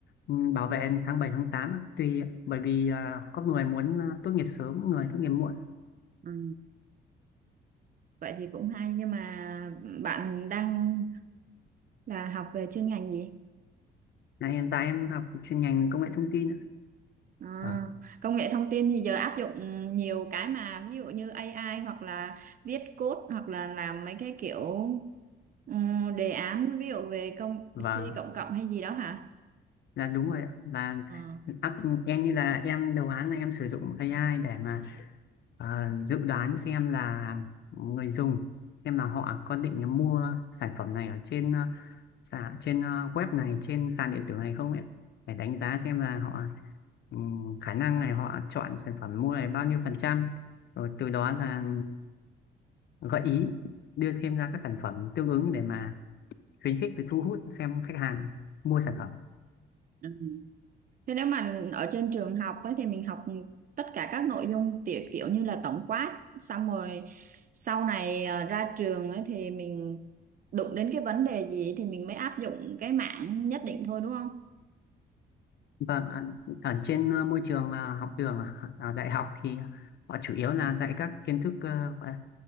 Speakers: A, on the left; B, on the right.
A: ừ, bảo vệ tháng 7 tháng 8 ạ. tùy ạ. bởi vì à, có người muốn à, tốt nghiệp sớm, có người tốt nghiệp muộn.
B: ừ. Vậy thì cũng hay nhưng mà bạn đang là học về chuyên ngành gì?
A: Là hiện tại em học chuyên ngành công nghệ thông tin. ạ.
B: À,
A: Vâng.
B: công nghệ thông tin thì giờ áp dụng nhiều cái mà ví dụ như AI hoặc là viết code hoặc là làm mấy cái kiểu ừm, đề án ví dụ về công
A: Vâng.
B: C cộng cộng hay gì đó hả?
A: là đúng rồi ạ. Là
B: Ờ.
A: áp- em như là em đầu án là em sử dụng AI để mà ờ, dự đoán xem là người dùng xem là họ có định mua sản phẩm này ở trên ờ, sàn trên ờ, web này trên sàn điện tử này không ấy để đánh giá xem là họ ừm, khả năng này họ chọn sản phẩm mua này bao nhiêu phần trăm rồi từ đó là gợi ý đưa thêm ra các sản phẩm tương ứng để mà khuyến khích và thu hút xem khách hàng mua sản phẩm
B: Ừ. Thế nếu mà ở trên trường học ấy, thì mình học tất cả các nội dung tiểu kiểu như là tổng quát xong rồi sau này ờ, ra trường ấy, thì mình đụng đến cái vấn đề gì thì mình mới áp dụng cái mảng nhất định thôi đúng không?
A: Vâng, ạ. ở trên ờ, môi trường ờ, học đường ờ, ở đại học thì họ chủ yếu là dạy các kiến thức ờ, gọi là,